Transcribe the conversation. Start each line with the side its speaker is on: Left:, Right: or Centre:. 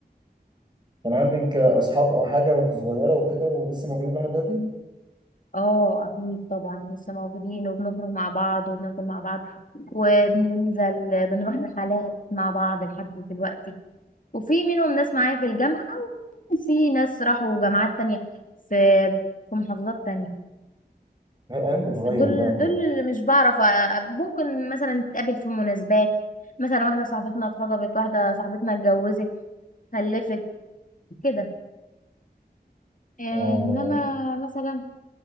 Right: كان عندك أصحاب أو حاجة وأنت صغيرة وكده ولسه موجودين لحد دلوقتي؟
Left: اه اكيد طبعا لسه موجودين وبنخرج مع بعض وبناكل مع بعض وبننزل بنروح رحلات مع بعض لحد دلوقتي وفي منهم ناس معايا في الجامعة وفي ناس راحوا جامعات تانية في في محافظات تانية
Right: لا، الأيام بتتغير
Left: دول
Right: بقى
Left: دول اللي مش بعرف أ- ممكن مثلا نتقابل في مناسبات مثلا واحدة صاحبتنا اتخطبت واحدة صاحبتنا اتجوزت خلفت كده آه،
Right: آه،
Left: انما مثلا